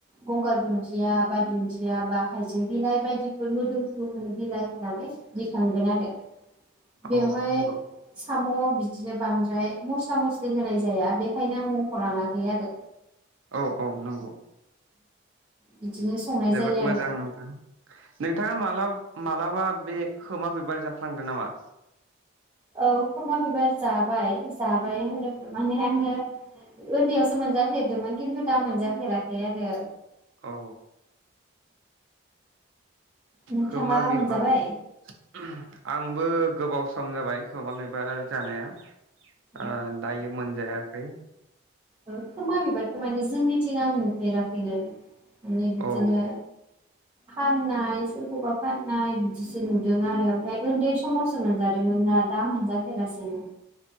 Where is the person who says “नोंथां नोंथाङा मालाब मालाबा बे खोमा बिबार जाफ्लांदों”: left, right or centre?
Right